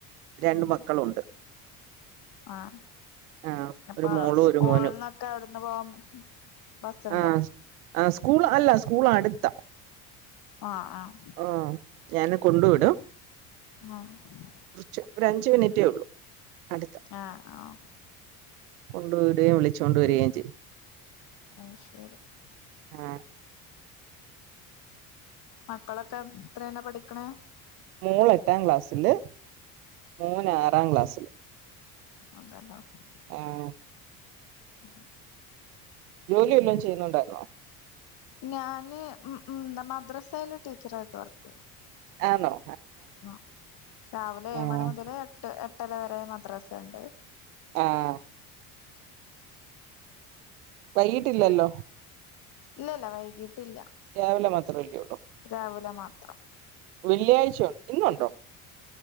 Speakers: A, on the right; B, on the left.
A: രണ്ട്
B: ഉം
A: മക്കളുണ്ട്
B: ആഹ്
A: ആഹ്
B: അപ്പൊ
A: ഒരു മോളും
B: സ്കൂളിന്നൊക്കെ
A: ഒരു മോനും
B: അവിട്ന്ന് പോ ബസ്ണ്ടോ?
A: ആഹ് ആഹ് സ്കൂൾ അല്ല സ്കൂൾ അടുത്ത
B: ആഹ് ആഹ്
A: ആഹ് ഞാന് കൊണ്ടു വിടും
B: ആഹ്
A: കുറച്ച് ഒരഞ്ചു മിനിറ്റേ ഒള്ളൂ അടുത്
B: ആഹ് ആഹ്
A: കൊണ്ട് വിടേ വിളിച്ചോണ്ട് വരികേം ചെയ്യും
B: അത്ശരി
A: ആഹ്
B: മക്കളൊക്കെ എത്രേല പഠിക്ക്ണെ
A: മോള് എട്ടാം ക്ലാസ്സില് മോൻ ആറാം ക്ലാസ്സില്
B: <unintelligible>
A: ആഹ്
B: ഉം
A: ജോലി വല്ലോം ചെയ്യുന്നുണ്ടായിരുന്നോ?
B: ഞാന് മ് മ് ന്താ മദ്രസേല് ടീച്ചറായിട്ട് വർക്കെയ
A: ആന്നൊ?
B: ആഹ് രാവിലെ ഏഴുമണി
A: ആഹ്
B: മുതല് എട്ട് എട്ടര വരെ മദ്രസെണ്ട്
A: ആഹ് വൈകിട്ടില്ലല്ലോ
B: ഇല്ലല്ല വൈകിട്ടില്ല
A: രാവിലെ മാത്രവല്ലേ ഉള്ളു
B: രാവിലെ മാത്രം
A: വെള്ളിയാഴ്ച്ചോ ഇന്നൊണ്ടോ